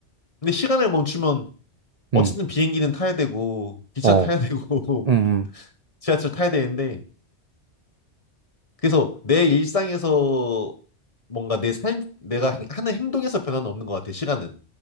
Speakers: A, on the left (about 30°); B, on the right (about 45°).
A: 근데 시간을 멈추면 어쨌든
B: 음.
A: 비행기는 타야 되고, 기차
B: 어.
A: 타야 되고, <laughs>
B: 음, 음.
A: 지하철 타야 되는데. 그래서 내 일상에서 뭔가 내 삶, 내가 행- 하는 행동에서 변화는 없는 것 같아, 시간은.